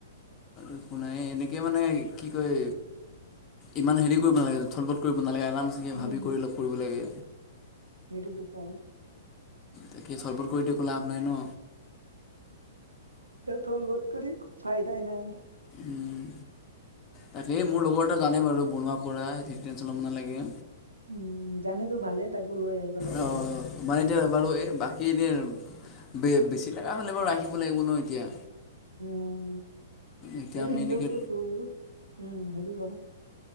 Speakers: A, on the left; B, on the right.
A: একো নাই, এনেকে মানে কি কয় ইমান হেৰি কৰিব নালাগে, থতমত কৰিব নালাগে, আৰামছে কিবা
B: উম
A: ভাৱি কৰিব লাগে।
B: সেইটোতো <unintelligible>
A: তাকে খৰধৰ কৰি ত' একো লাভ নাই ন।
B: খৰধৰ কৰি ফাইদাই নাই।
A: উম, তাকেই মোৰ লগৰ এটা জানেই বাৰু বনোৱা কৰা, সেইটো টেনশ্যন ল'ব নালাগে।
B: উম, জানি টো ভালেই, তাকো লৈ আহিবা লগতে।
A: অঁ, মানে এতিয়া বাৰু এই বাকী এনে বে বেছি লগা হ'লে বাৰু ৰাখিব লাগিব ন এতিয়া।
B: উম,
A: এতিয়া
B: সেইটো
A: আমি
B: হিন্দুটো
A: এনেকৈ
B: তোৰ সেইটো ক'।